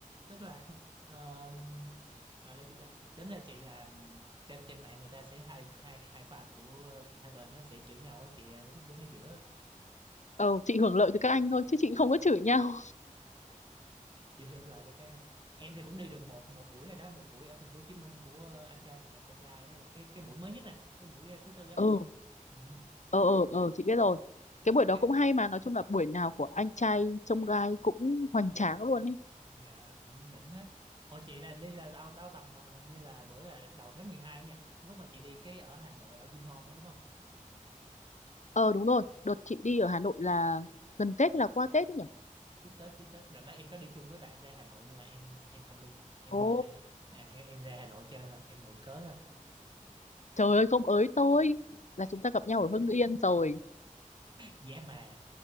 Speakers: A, on the right; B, on the left.
A: tức là <laughs> ờm, gọi là gì ta tính ra chị làm trên trên mạng người ta sẽ hai hai hai fan của ờ, hai bên nó sẽ chửi nhau á chị à, đứng đứng ở giữa
B: ờ chị hưởng lợi từ các anh thôi chứ chị không có chửi nhau
A: chị hiểu là được cái em thì cũng đi được một một buổi rồi đó một buổi ở thành phố Hồ Chí Minh của ờ, anh trai vượt ngàn chông gai á là cái cái buổi mới nhất nè cái buổi ờ, thứ tư á
B: ừ
A: ừ,
B: ờ ờ ờ chị biết rồi cái buổi đó
A: cái
B: cũng hay mà nói chung là buổi nào của anh trai trông gai cũng hoành tráng luôn ấy
A: dạ, cũng đỉnh hết hồi chị là đi là đâu đâu tầm ờ, hình như là bữa là đầu tháng 12 nha lúc mà chị đi cái ở Hà Nội ở Vinhome á đúng không
B: ờ đúng rồi đợt chị đi ở Hà Nội là gần Tết hay là qua Tết ấy nhỉ
A: trước Tết trước Tết đợt đó em có đi chung với bạn ra Hà Nội nhưng mà em em không đi em
B: ồ
A: ờ, em, em em ra Hà Nội chơi thôi em mượn cớ thôi
B: trời ơi không ới tôi là chúng ta gặp nhau ở Hưng Yên rồi
A: giá mà